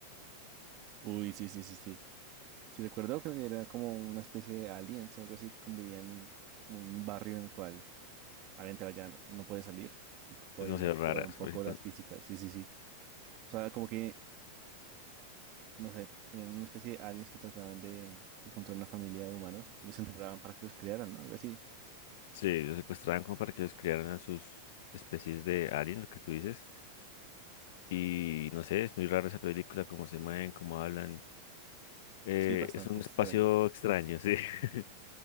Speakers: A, on the right; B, on the left.
A: Uy, sí, sí, sí, sí. Sí, recuerdo que era como una especie de aliens o algo así que convivían en como un barrio en el cual al entrar ya no, no puede salir. Podían
B: es demasiado
A: manipular
B: rara
A: un
B: esa
A: poco
B: película.
A: las físicas, sí, sí, sí. O sea, como que, no sé, eran una especie de aliens que trataban de encontrar una familia de humanos y los enterraban para que los criaran, ¿no? Algo así.
B: Sí, los secuestraban como para que los criaran a sus especies de alien, lo que tú dices. Y no sé, es muy raro esa película, cómo se mueven, cómo hablan. Eh,
A: Sí, bastante
B: es un
A: extraño.
B: espacio extraño, sí. <laughs>